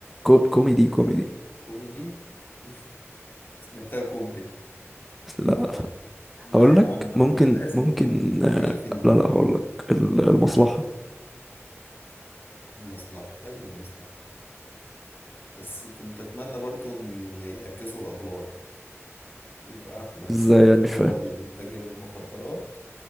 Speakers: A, in the centre; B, on the left.
A: كو... كوميدي كوميدي
B: كوميدي <laughs> سمعتها كوبري
A: لا لا.
B: لا
A: أقول
B: يا
A: لك
B: عم
A: ممكن
B: مش لازم
A: ممكن
B: كوميدي
A: آه،
B: اي فيلم
A: لا لا هقول لك ال- المصلحة
B: المصلحه حلو المصلحه بس كنت اتمنى برضو ان يعكسوا الادوار يبقى أحمد
A: إزاي
B: السقا
A: يعني مش
B: هو
A: فاهم
B: التاجر المخدرات